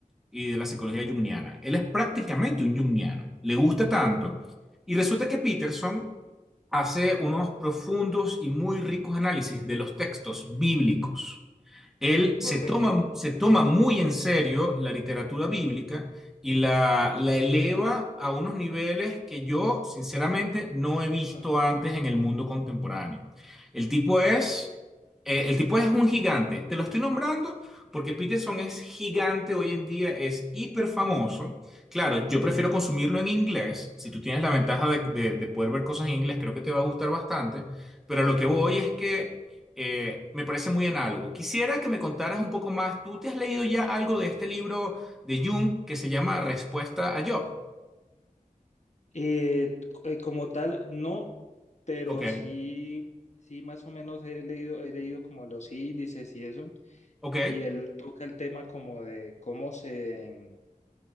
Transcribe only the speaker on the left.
Correcto,
sí.
Mm.
Ok,
correcto.
Eh, c- eh, como tal, no, pero
sí, sí más o menos he leído, he leído como los índices y eso,
y él toca el tema como de cómo se,